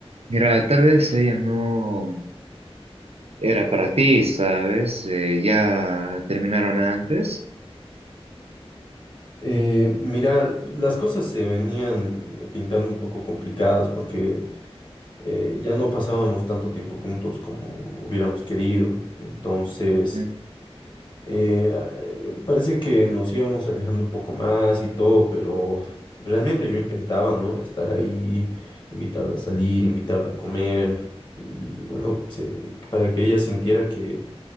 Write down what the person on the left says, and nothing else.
Eh, mira, las cosas se venían pintando un poco complicadas porque eh, ya no pasábamos tanto tiempo juntos como hubiéramos querido. Entonces,
eh, eh, parece que nos íbamos alejando un poco más y todo, pero realmente yo intentaba, ¿no? Estar ahí, invitarla a salir, invitarla a comer. Y bueno, se- para que ella sintiera que